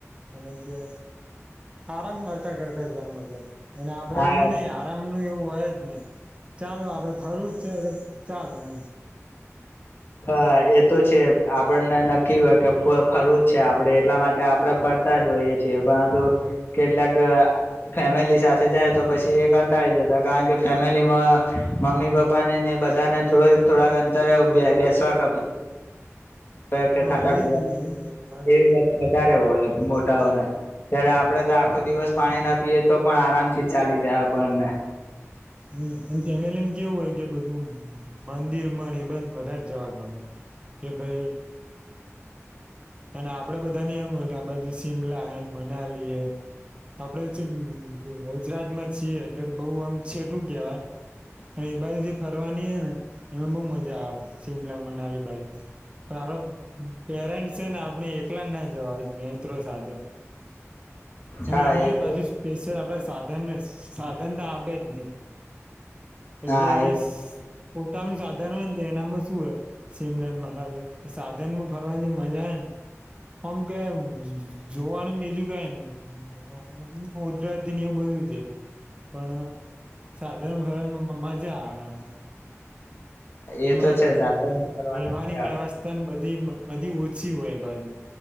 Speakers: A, on the right; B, on the left.
A: અને જે. આરામ કરતા કરતા. જ મતલબ. અને આપડે
B: હા
A: એવું નહ આરામ એવું હોય જ નહી ચાલો આપડે ફરું જ છે. ચાલો એમ
B: હા એ તો છે. આપણને નક્કી હોય કે ફરું જ છે. આપડે એટલા માટે આપડે ફરતા જો હોઈએ છીએ, પરંતુ કેટલાક ફેમિલી સાથે જાય તો પછી એ કંટાળી જતા કારણ કે ફેમિલી માં મમ્મી પપ્પાને ને બધાને થોડક થોડાક અંતરે બે શાક આપે થાટ
A: હા એજ ને એજ બધી વાત સાચી.
B: એવી વધારે હોય. મોટાઓને ત્યારે આપણેે તો આખો દિવસ પાણી ના પીએ તો પણ આરામથી ચાલી જાય આપણને
A: હમ એ ફેમિલીને કેવું હોય કે બધું મંદિર મ એ બ વધારે જવા ગમે કે ભાઈ અને આપડે બધાને એમ હોય કે આ બાજુ શિમલા હ મનાલી હ આપડે ગુજરાત માં છીએ, એટલે બઉ આમ છેટું કેવાય પણ એ બાજુ જે ફરવાની હ ને એમાં બહુ મજા આવે શિમલા, મનાલી બાજુ પણ આપડ પેરેન્ટ છે, ને આપણે એકલા ના જવા મિત્રો સાથે. અને
B: હા
A: એમાંછ
B: એ તો
A: સ્પેશલ આપ સાધન સાધનતા આપ ન કેટલે
B: હા
A: જશ
B: એ
A: પોતાનું સાધન હોય ને તો એનામાં શું, હો સિમડામ, મનાલી સાધન માં ફરવાની જે મજા હ ને આમ ક જોવાનું બીજું કહે નેધરતી ને એવું બધું છે પણ સાધન ભરણમાં મજા આવે. એમ
B: એ
A: એમાં
B: તો છે સાધન કરવાની
A: રહેવાની
B: મજા
A: વ્યવસ્થા ને બધી બ બધી ઓછી હોય એ બાજુ